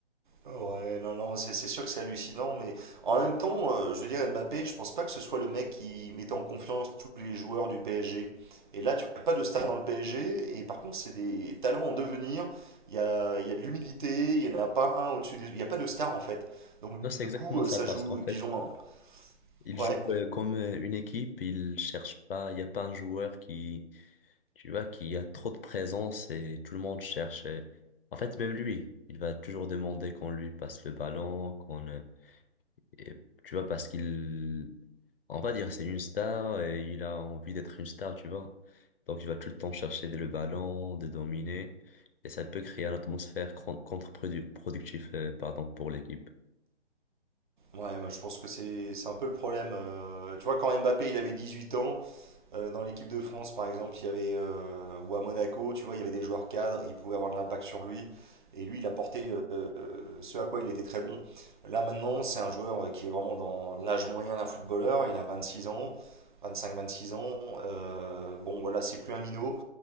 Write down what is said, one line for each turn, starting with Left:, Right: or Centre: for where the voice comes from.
Right: Ouais, non, non, c'est c'est sûr que c'est hallucinant, mais en même temps, euh, je veux dire, Mbappé, je pense pas que ce soit le mec qui mettait en confiance tous les joueurs du PSG. Et là, tu n'as pas de star dans le PSG, et par contre, c'est des talents en devenir. Il y a, il y a de l'humilité, il n'y en a pas un au-dessus des... Il n'y a pas de star, en fait. Donc,
Left: Non, c'est exactement
Right: du coup, euh,
Left: ça,
Right: ça
Left: parce
Right: joue,
Left: qu'en fait,
Right: et puis ils ont un...
Left: ils
Right: Ouais,
Left: jouent euh, comme euh, une équipe, ils cherchent pas, il n'y a pas un joueur qui, tu vois, qui a trop de présence et tout le monde cherche. euh, En fait, même lui, il va toujours demander qu'on lui passe le ballon, qu'on, euh, et, tu vois, parce qu'il On va dire c'est une star et il a envie d'être une star, tu vois. Donc il va tout le temps chercher le ballon, de dominer, et ça peut créer une atmosphère cron- contre-productive, euh, pardon, pour l'équipe.
Right: ouais, bah, je pense que c'est c'est un peu le problème. euh, tu vois, quand Mbappé, il avait 18 ans, Euh, dans l'équipe de France, par exemple, il y avait, euh, ou à Monaco, tu vois, il y avait des joueurs cadres, ils pouvaient avoir de l'impact sur lui. Et lui, il apportait euh, euh, ce à quoi il était très bon. Là, maintenant, c'est un joueur euh, qui est vraiment dans l'âge moyen d'un footballeur. Il a 26 ans, 25-26 ans. Euh, bon, voilà, c'est plus un minot.